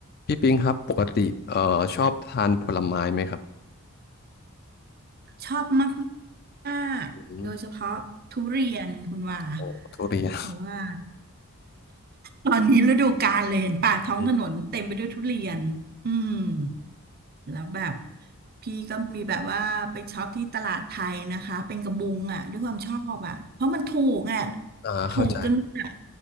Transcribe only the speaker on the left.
พี่ปิงครับปกติเอ่อชอบทานผลไม้ไหมครับ
อืมโอ้ทุเรียน
อืม
อ่าเข้าใจ